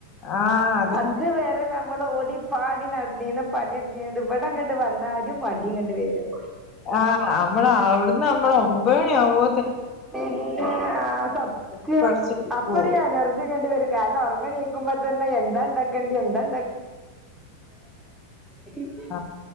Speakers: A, on the left; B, in the centre.
A: ആഹ് അതന്നെ
B: അത് വെരെ നമ്മൾ ഓടി പാടി നട നീന പണിയെടുത്തിത് ഇവിടെങ്ങട്ട് വന്നാലുഒരു മടിയും കണ്ട് വരും
A: ആ് നമ്മള അവിടുന്ന് നമ്മള ഒമ്പത് മണി ആവ്പോ
B: പിന്നെ ആ സത്യം
A: തട്ടി പടച്ചെടുക്കുവോ
B: അപ്പരു എനർജി കാരണം ഉറങ്ങ നീക്കുമ്പോൾ തന്നെ എന്താ ഉണ്ടാക്കേണ്ടി എന്താ <unintelligible>
A: ആ